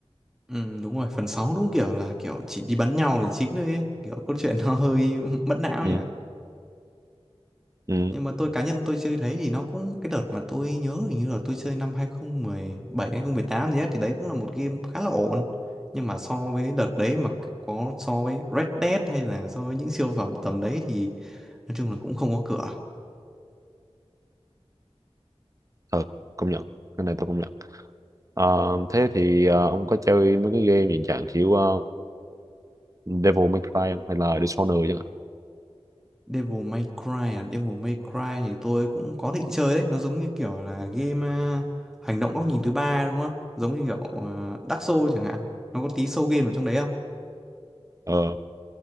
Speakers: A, in the centre; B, on the right.
A: Ừ đúng rồi, phần 6 đúng kiểu là kiểu chỉ đi bắn nhau là chính thôi ấy. Kiểu cốt truyện nó hơi <laughs> mất não
B: ừ
A: nhỉ.
B: ừ
A: Nhưng mà tôi cá nhân tôi chơi thấy thì nó cũng cái đợt mà tôi nhớ hình như là tôi chơi năm 2017 tám gì á thì đấy cũng là một game khá là ổn. Nhưng mà so với đợt đấy mà kiểu có so với Red Dead hay là so với những siêu phẩm tầm đấy thì nói chung là cũng không có cửa.
B: thật công nhận cái này tôi công nhận Ờ, thế thì ờ, ông có chơi mấy cái game hiện trạng kiểu ờ, Devil May Cry không? hay là Dishonored chẳng hạn
A: Devil May Cry à, Devil May Cry thì tôi cũng có định chơi đấy, nó giống như kiểu là game à, hành động góc nhìn thứ ba đúng không? Giống như kiểu à, Dark Souls chẳng hạn. Nó có tí soul game ở trong đấy không?
B: Ờ